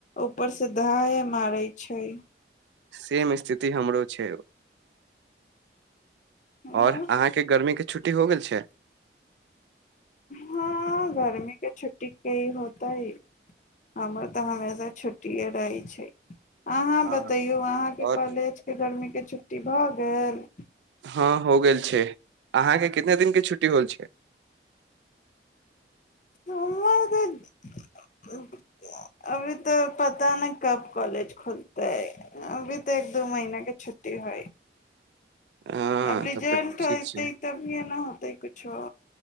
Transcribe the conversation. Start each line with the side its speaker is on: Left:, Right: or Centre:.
Left: ऊपर से ढाहे मारे छै
Right: सेम स्थिति हमरो छै
Left: हँ
Right: और अहाँके गर्मी के छुट्टी हो गेल छै
Left: हँ गर्मी के छुट्टी की होत तय हमर तऽ हमेशा छुट्टिए रहै छै अहाँ
Right: हँ।
Left: बतैयो अहाँके
Right: और
Left: कॉलेज के गर्मी के छुट्टी भऽ गेल
Right: हँ हो गेल छै अहाँके कितने दिनके छुट्टी होल छै
Left: हमर तऽ अभी तऽ प पता ने कब कॉलेज खोल तै अभी तऽ एक दू महिना के छुट्टी हइ
Right: हँ
Left: अब रिजल्ट
Right: तब तऽ ठीक छै
Left: ते तभीये न होत हेतै कुछो